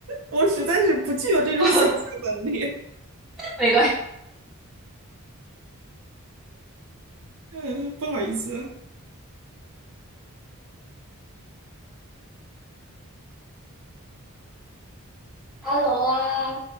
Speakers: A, on the right; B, in the centre.
A: 我实在是不具有这种想象能力。
B: <laughs> 没关系。
A: 嗯，不好意思。
B: Hello 啊，